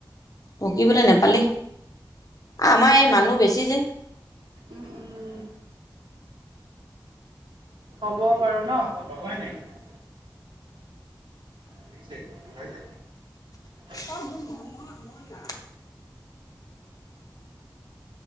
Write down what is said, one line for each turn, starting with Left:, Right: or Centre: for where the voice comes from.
Left: পকিবলে নেপালি।
Right: অ
Left: আমাৰ
Right: অ
Left: এই মানুহ বেছি যে।
Right: উম উম হ'ব বাৰু ন হয় নেকি। আহিছে এক বস্তু খাইছে। <inaudible>
Left: অ ন <inaudible>